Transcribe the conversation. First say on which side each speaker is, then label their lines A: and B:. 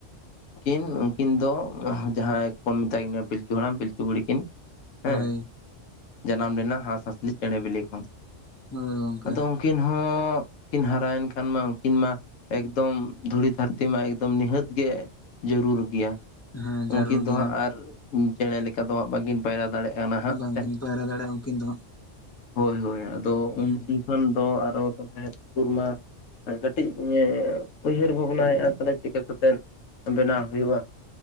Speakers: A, on the left; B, on the left.
A: ᱠᱤᱱ ᱩᱱᱠᱤᱱ ᱫᱚ ᱡᱟᱦᱟᱸᱭ ᱵᱚᱱ ᱢᱮᱛᱟ ᱠᱤᱱᱟ ᱯᱤᱞᱪᱩ ᱦᱟᱲᱟᱢ, ᱯᱤᱞᱪᱩ ᱵᱩᱲᱦᱤ ᱠᱤᱱ
B: ᱦᱳᱭ
A: ᱦᱮᱸ ᱡᱟᱱᱟᱢ ᱞᱮᱱᱟ ᱦᱟᱸᱥᱼᱦᱟᱸᱥᱞᱤ ᱪᱮᱬᱮ ᱵᱤᱞᱤ ᱠᱷᱚᱱ
B: ᱦᱳᱭ ᱜᱚᱝᱠᱮ
A: ᱟᱫᱚ ᱩᱱᱠᱤᱱ ᱦᱚᱸ ᱠᱤᱱ ᱦᱟᱨᱟᱭᱮᱱ ᱠᱷᱟᱱ ᱢᱟ ᱩᱱᱠᱤᱱ ᱢᱟ᱾ ᱮᱠᱫᱚᱢ ᱫᱷᱩᱲᱤ ᱫᱷᱟᱹᱨᱛᱤ ᱢᱟ, ᱮᱠᱫᱚᱢ ᱱᱤᱦᱟᱹᱛ ᱜᱮ ᱡᱟᱹᱨᱩᱲ ᱜᱮᱭᱟ᱾
B: ᱦᱮᱸ ᱡᱟᱹᱨᱩᱲ
A: ᱩᱱᱠᱤᱱ ᱫᱚ
B: ᱜᱮᱭᱟ
A: ᱦᱟᱸᱜ ᱟᱨ ᱪᱮᱬᱮ ᱞᱮᱠᱟ ᱫᱚ ᱦᱟᱸᱜ ᱵᱟᱹᱠᱤᱱ ᱯᱟᱭᱨᱟ ᱫᱟᱲᱮᱭᱟᱜᱼᱟ ᱦᱟᱸᱜ
B: ᱵᱟᱝᱠᱤᱱ
A: ᱥᱮ
B: ᱯᱟᱭᱨᱟ ᱫᱟᱲᱮᱭᱟᱜᱼᱟ ᱩᱱᱠᱤᱱ ᱫᱚ
A: ᱦᱳᱭ ᱦᱳᱭ ᱟᱫᱚ
B: ᱦᱟᱸᱜ
A: ᱩᱱᱠᱩᱠᱷᱚᱱ <unintelligible> ᱫᱚ ᱟᱨᱚ <unintelligible> ᱴᱩᱨ ᱢᱟ ᱠᱟᱹᱴᱤᱡ ᱩᱭᱦᱟᱹᱨ ᱵᱷᱟᱵᱽᱱᱟᱭᱮᱫᱼᱟ ᱛᱟᱦᱞᱮ ᱪᱤᱠᱟᱹ ᱠᱟᱛᱮᱫ ᱵᱮᱱᱟᱣ ᱦᱩᱭᱩᱜᱼᱟ᱾